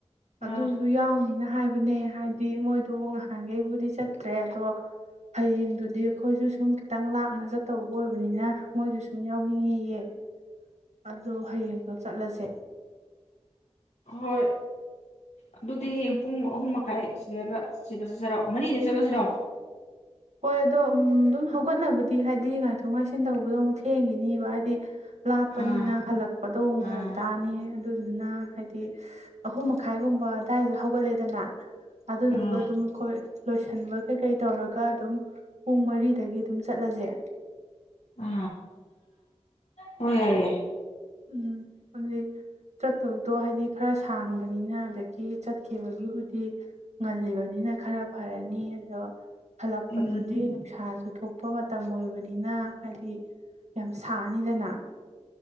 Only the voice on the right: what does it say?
ꯑꯗꯨꯁꯨ ꯌꯥꯎꯅꯤꯅ ꯍꯥꯏ ꯑꯗꯨꯅꯦ ꯍꯥꯏꯗꯤ ꯃꯣꯏꯗꯨ ꯅꯍꯥꯟꯈꯩꯕꯨꯗꯤ ꯆꯠꯇ꯭ꯔꯦ ꯑꯗꯣ ꯍꯌꯦꯡꯗꯨꯗꯤ ꯑꯩꯈꯣꯏꯁꯨ ꯁꯨꯝ ꯈꯤꯇꯪ ꯂꯥꯞꯅ ꯆꯠꯇꯧꯕ ꯑꯣꯏꯕꯅꯤꯅ꯫ ꯃꯣꯏꯁꯨ ꯁꯨꯝ ꯌꯥꯎꯅꯤꯡꯉꯦꯌꯦ꯫ ꯑꯗꯣ ꯍꯌꯦꯡꯗꯣ ꯆꯠꯂꯁꯦ꯫
ꯍꯣꯏ ꯑꯗꯣ ꯎꯝ ꯑꯗꯨꯝ ꯍꯧꯒꯠꯅꯕꯗꯤ ꯍꯥꯏꯗꯤ ꯉꯥꯏꯊꯣꯛ ꯉꯥꯏꯁꯤꯟ ꯇꯧꯕꯗꯣ ꯑꯃꯨꯛ ꯊꯦꯡꯈꯤꯅꯤꯕ ꯍꯥꯏꯗꯤ꯫ ꯂꯥꯞꯄꯅꯤꯅ
ꯍꯜꯂꯛꯄꯗꯣ ꯑꯃꯨꯛ
ꯐꯔꯛ ꯇꯥꯅꯤ꯫ ꯑꯗꯨꯗꯨꯅ ꯍꯥꯏꯗꯤ ꯑꯍꯨꯝ ꯃꯈꯥꯏꯒꯨꯝꯕ꯫ ꯑꯗꯥꯏꯗ ꯍꯧꯒꯠꯂꯦꯗꯅ ꯑꯗꯨꯗꯨꯒ
ꯑꯗꯨꯝ ꯑꯩꯈꯣꯏ ꯂꯣꯏꯁꯤꯟꯕ ꯀꯩꯀꯩ ꯇꯧꯔ꯫ ꯑꯗꯨꯝ ꯄꯨꯡ ꯃꯔꯤꯗꯒꯤ ꯑꯗꯨꯝ ꯆꯠꯂꯖꯦ꯫
ꯎꯝ ꯑꯗꯨꯗꯤ ꯆꯠꯇꯕꯗꯣ ꯍꯥꯏꯗꯤ ꯈꯔ ꯁꯥꯡꯕ꯫ ꯅꯤꯅ ꯑꯗꯒꯤ ꯆꯠꯈꯤꯕꯒꯤꯕꯨꯗꯤ꯫ ꯉꯜꯂꯤꯕꯅꯤꯅ ꯈꯔ꯫ ꯐꯔꯅꯤ ꯑꯗꯣ ꯍꯜꯂꯛꯄꯗꯨꯗꯤ
ꯅꯨꯡꯁꯥꯁꯨ ꯊꯣꯛꯄ ꯃꯇꯝ ꯑꯣꯏꯕꯅꯤꯅ ꯍꯥꯏꯗꯤ꯫ ꯌꯥꯝ ꯁꯥꯅꯤꯗꯅ꯫